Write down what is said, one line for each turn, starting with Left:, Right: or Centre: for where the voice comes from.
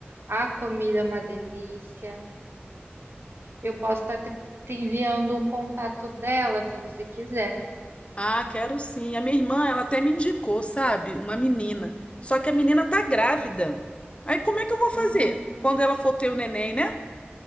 Right: a comida é uma delícia. Eu posso estar te, te enviando o contato dela se você quiser.
Left: Ah, quero sim. A minha irmã, ela até me indicou, sabe? Uma menina. Só que a menina tá grávida. Aí como é que eu vou fazer?
Right: Hum,
Left: Quando ela for ter o neném, né?